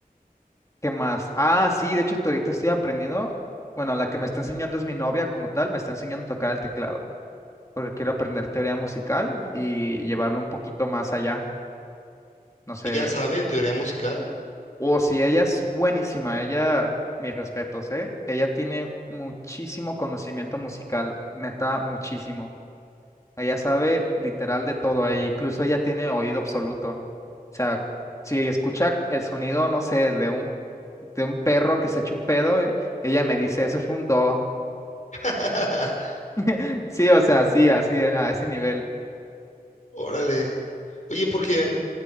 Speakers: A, on the left (about 20°); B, on the left (about 50°).
A: qué más? Ah, sí, de hecho ahorita estoy aprendiendo, bueno, la que me está enseñando es mi novia como tal, me está enseñando a tocar el teclado. porque quiero aprender teoría musical y llevarlo un poquito más allá. No sé,
B: Ella sabe teoría musical.
A: o si ella es buenísima, ella, mis respetos, ¿eh? Ella tiene muchísimo conocimiento musical, neta, muchísimo. Ella sabe literal de todo, e incluso ella tiene oído absoluto. O sea, si escucha el sonido, no sé, de un, de un perro que se eche un pedo, eh, Ella me dice, ese fue un do.
B: <laughs>
A: <laughs> Sí, o sea, sí, así, a ese nivel.
B: Órale. Oye, porque